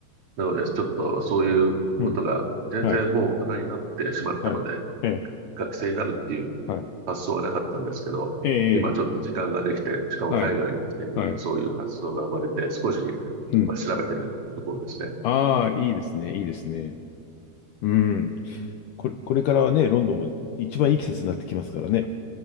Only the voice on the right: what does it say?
なので、ちょっとそういうことが全然もう大人になってしまったので、
学生になるっていう
発想はなかったんですけど、
今ちょっと時間ができて、
しかも海外に来てみると、
そういう発想が生まれて、少し今調べてるところですね。